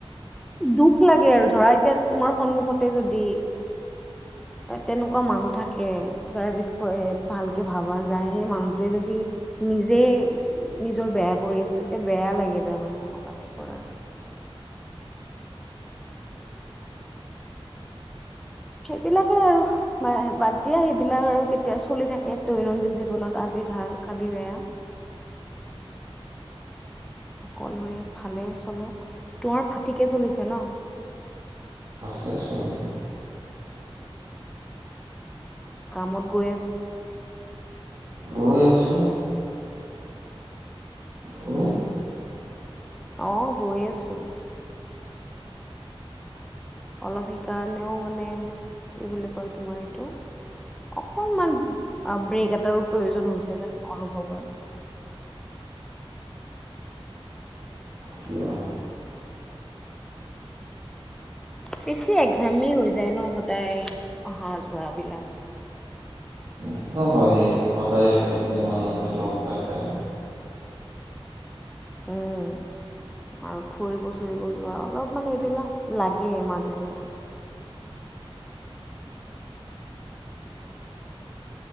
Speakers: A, in the centre; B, on the right.
A: দুখ লাগে আৰু ধৰা এতিয়া তোমাৰ সন্মুখতে যদি তেনেকুৱা মানুহ থাকে যাৰ বিষয়ে ভালকে ভাবা যায়। সেই মানুহটোৱে যদি নিজে নিজৰ বেয়া কৰি আছে। তেতিয়া বেয়া লাগে তাৰমানে এনেকুৱা টাইপৰ আৰু সেইবিলাকে আৰু বাদ দিয়া সেইবিলাক আৰু কেতিয়া চলি থাকে দৈনন্দিন জীৱনত আজি ভাল, কালি বেয়া। সকলোবৰে ভালে চলক তোমাৰ ভাটিকে চলিছে ন
B: দেৰশ হ'লে
A: কামত গৈ আছে।
B: গৈ আছোঁ তুমি
A: অহ' গৈ আছোঁ। অলপ সেইকাৰণেও মানে কি বুলি কয় তোমাৰ এইটো অকনমান ব্ৰেক এটাৰো প্ৰয়োজন হৈছে যেন অনুভৱ হয়।
B: কিয়
A: বেছি এঘামি হৈ যায় ন' সদায় অহা-যোৱাবিলাক।
B: সেইটো হয়েই, সদায় একেখিনি মানুহকে লগ পাই-পাই।
A: উম আৰু ফুৰিব চুৰিব যোৱা অলপ মানে এইবিলাক লাগে মাজে - মাজে।